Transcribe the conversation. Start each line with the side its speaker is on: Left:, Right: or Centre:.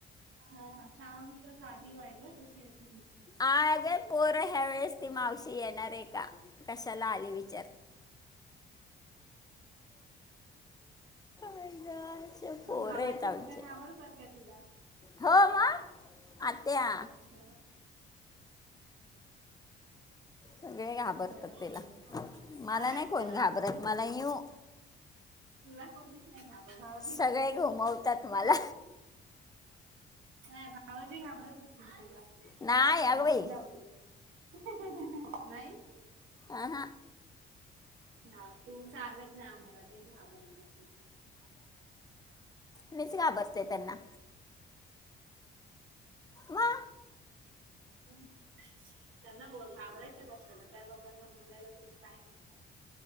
Right: हा श्याम साधी व्हायग तशी असली.
Left: हग पोर ह्या वेळेस ती मावशी येणार आहे का कशाला आली विचार आई गं, असे पोरं
Right: ह भावाची
Left: आहेत आमचे
Right: मुलं घाबरतात का तिला
Left: हो मग आत्या
Right: अच्छा
Left: सगळे घाबरतात
Right: बर बर
Left: तिला
Right: छान
Left: मला
Right: वाटते
Left: नाही कोण
Right: ऐकून.
Left: घाबरत मला येऊ
Right: तुला कोणीच नाही
Left: सगळे
Right: घाबरत
Left: घुमवतात
Right: हहहहह
Left: मला
Right: ह भावाजी घाबरत असतील तुला
Left: नाही अगं
Right: बाकी
Left: बाई
Right: जाऊ दे. हहहह नाही.
Left: अह
Right: ना तू सांगत ना आमला ते घबरणार
Left: निच का आबरते त्यांना मग
Right: हम् <unintelligible> त्यांना बोल घाबरायचं कशाला त्या लोकांना बोलायला टाईम हो का